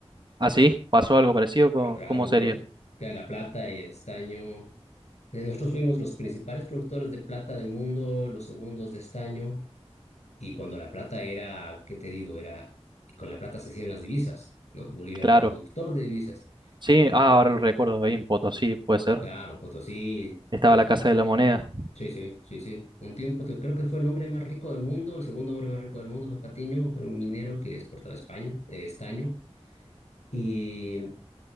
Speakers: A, on the right; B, on the left.
A: así ¿Pasó algo parecido?
B: Pero
A: ¿Cómo,
B: claro,
A: cómo
B: pues,
A: sería?
B: queda la plata y el estaño. Eh, Nosotros fuimos los principales productores de plata del mundo, los segundos de estaño. Y cuando la plata era, ¿qué te digo? Era, con la plata se hacían las divisas, ¿no? Bolivia era
A: Claro.
B: productor de divisas.
A: Sí,
B: Pero,
A: ah, ahora lo recuerdo, ahí en Potosí, puede ser.
B: claro, Potosí,
A: Estaba
B: eh,
A: la Casa de la Moneda.
B: sí, sí, sí, sí. Un tiempo, te- creo que fue el hombre más rico del mundo, el segundo hombre más rico del mundo fue Patiño, pero un minero que exportaba España, eh, estaño. Y,